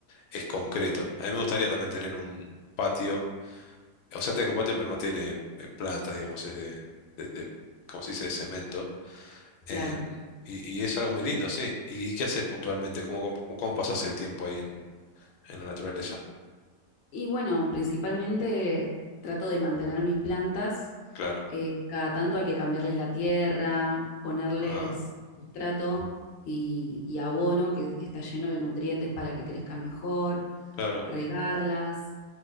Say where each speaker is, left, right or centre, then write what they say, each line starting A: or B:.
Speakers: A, on the left; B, on the left.
A: es concreto. A mí me gustaría también tener un patio O sea, tengo un patio, pero no tiene eh, plantas, digamos, es de, de, de, ¿cómo se dice?, de cemento. Em,
B: Claro.
A: y, y es algo muy lindo, sí. ¿Y qué haces puntualmente? ¿Cómo, cómo, cómo pasas el tiempo ahí en, en la naturaleza?
B: Y bueno, principalmente trato de mantener mis plantas,
A: Claro.
B: eh, cada tanto hay que cambiarles la tierra, ponerles
A: Ah,
B: sustrato y, y abono que está lleno de nutrientes para que crezcan mejor,
A: claro.
B: regarlas.